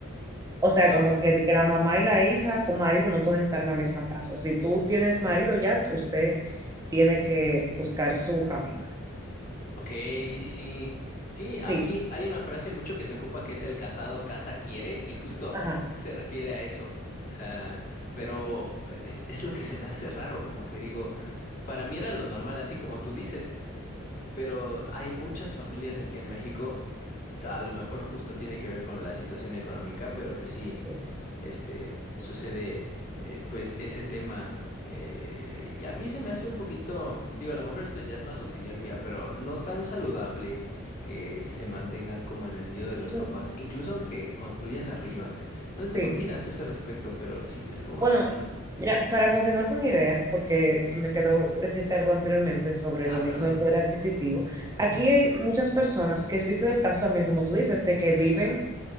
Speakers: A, on the right (about 15°); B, on the left (about 35°).
A: O sea,
B: Wow.
A: como que, de que la mamá y la hija con marido no pueden estar en la misma casa. Si tú tienes marido ya, usted tiene que buscar su camino.
B: Ok, sí, sí. Sí, aquí
A: Sí,
B: hay una frase mucho que se ocupa que es el casado casa quiere y justo
A: Ajá.
B: se refiere a eso. O sea, pero es, es lo que se me hace raro, como que digo, para mí era lo normal, así como tú dices, pero hay muchas familias aquí en México, a lo mejor justo tiene que ver con la situación económica, pero que sí
A: Sí.
B: este, sucede eh, pues ese tema. eh, y a mí se me hace un poquito, digo, a lo mejor esto ya es más opinión mía, pero no tan saludable que se mantengan como en el nido de los papás,
A: Mm,
B: incluso aunque construyan arriba. No sé tú
A: sí.
B: qué opinas a ese respecto, pero sí que es como
A: Bueno,
B: de, mm,
A: mira, para continuar con la idea, porque me quedó decirte algo anteriormente sobre
B: ah,
A: lo
B: perdón.
A: mismo del poder adquisitivo,
B: ujú,
A: aquí hay muchas personas que sí se da el caso también, como tú dices, de que viven